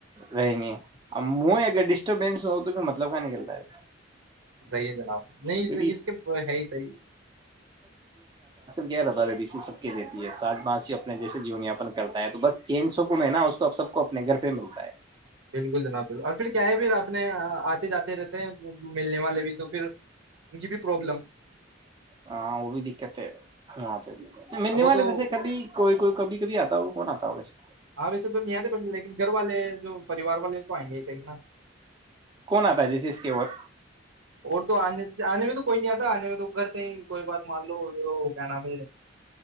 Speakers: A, on the right; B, on the right.
A: رہیں گے اب مے اگر ڈسٹربینس ہو تو پھر مطلب کہ نکلتا ہے
B: صیح ہے جناب نہیں
A: کیونکہ
B: اس کے ہے ہی صحیح
A: ربب سی سب کی رہتی ہے سات ب اپنے جیس جیون یاپن کرتا ہے تو بس چین سک میں ہے نا اس کو سب کو اپنے گھر کے ملتا ہے <inaudible>
B: بالکل جناب بالکل اور پھر کیا ہے پھر اپنے آ، آتے جاتے رہتے ہیں ملنے والے بھی تو پھر کی بھی پروابلم
A: ہاں وہ بھی دقت ہے ہاں منے
B: اب وہ
A: والے
B: تو
A: جیسے کبھی کوئی کوئی کبھی کبھی آتا ہو کون آتا ہو ویسے
B: ہاں ویسے تو نہیں آتے بڑ لیکن گھر والے ہیں جو پریوار والے تو آئیں گے ہی کہ نا
A: کون آتا ہے جس اس کی اور
B: اور تو آنے آنے بھی تو کوئییا تو آنے اگر صحی کوئی بار مان لو کیا نام ہے